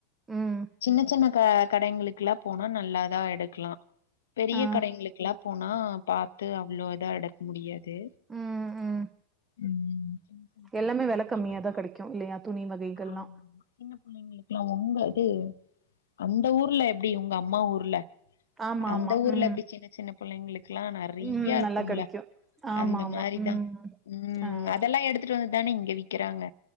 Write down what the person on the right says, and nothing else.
ம்
ஆ
ம் ம்
எல்லாமே வில கம்மியாதா
கிடைக்கு இல்லையா துணி வகைகள்லா
ஆமா
ஆமா
ம்
ம்
நல்லா கெடைக்கு ஆமா
ஆமா
ம்
ஆ